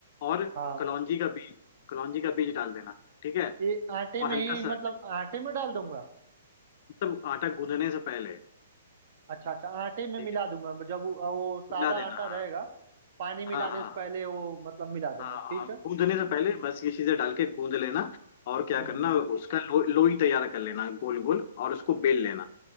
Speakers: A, on the left; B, on the right.
A: और
B: हाँ
A: कलौंजी का बीज कलौंजी का बीज डाल देना ठीक है
B: ये आटे
A: और
B: में
A: हल्का
B: ही
A: सा
B: मतलब आटे में डाल दूंगा
A: मतलब आटा गूंदने से पहले
B: अच्छा अच्छा आटे में
A: ठीक
B: मिला
A: है
B: दूंगा जब वो, वो
A: मिला
B: सादा
A: देना
B: आटा
A: हाँ
B: रहेगा पानी मिलाने
A: हाँ
B: से पहले वो मतलब मिला दूंगा
A: हाँ
B: ठीक
A: हाँ हाँ
B: है
A: गूंदने से पहले बस ये चीजें डाल के गूंद लेना और क्या
B: हम्म
A: करना उसका लो, लोई तैयार कर लेना गोल गोल और उसको बेल लेना